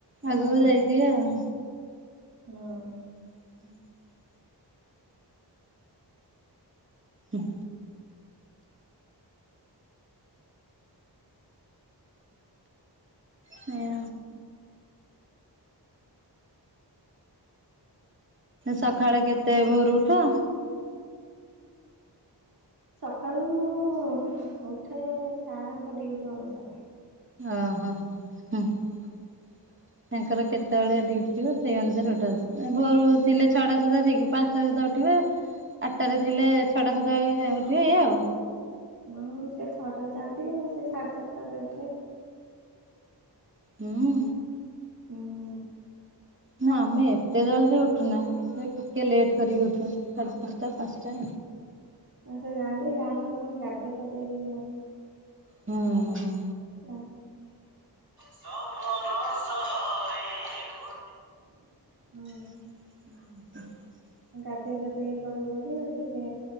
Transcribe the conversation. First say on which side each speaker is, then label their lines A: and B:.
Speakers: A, on the right; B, on the right.
A: ହୁଁ
B: ଆଗକୁ ଯାଇଥିବେ ଆଉ।
A: <unintelligible>
B: <inaudible> ହୁଁ। ହଁ। ସକାଳେ କେତେ ଭୋରୁ ଉଠ?
A: ସକାଳୁ ମୁଁ ଉଠେ ସାରଙ୍କ ଡ୍ୟୁଟି ଅନୁସାରେ।
B: ଓ ହୋ ହୁଁ। ତାଙ୍କର କେତେବେଳେ ଡ୍ୟୁଟି ଥିବ ସେଇ ଅନୁସାରେ ଉଠୁ ଭୋରୁ ଥିଲେ ଛଅଟା ସୁଦ୍ଧା ଶୀଘ୍ର ପାଞ୍ଚଟା ସୁଧା ଉଠିବେ ଆଠଟାରେ ଥିଲେ ଛଅଟା ସୁଦ୍ଧା ଉଠିବେ ଏଇଆ ଆଉ।
A: ହୁଁ ସେ ଛଅଟାରେ ଯାଆନ୍ତି ମୁଁ ସେ ସାଢେ ସାତଟାରେ ଉଠେ।
B: ହୁଁ।
A: ଉଁ।
B: ନା ଆମେ ଏତେ ଜଲଦି ଉଠୁନା। <unintelligible> ଟିକେ ଲେଟ୍ କରିକି ଉଠୁ ସାଢେ ପାଞ୍ଚଟା ପାଞ୍ଚଟା।
A: ତ ସେ ଯାଆନ୍ତି ଆମର ପୁଣି ଗାଧେଇ ଫାଧେଇକି
B: ହୁଁ
A: <unintelligible> ଉଁ ସପନ ସହରେ ଗୋ ହଁ।
B: <inaudible>
A: ମୁଁ ଗାଧେଇ ଫାଧେଇ କରୁ ବୋଲି ଟିକେ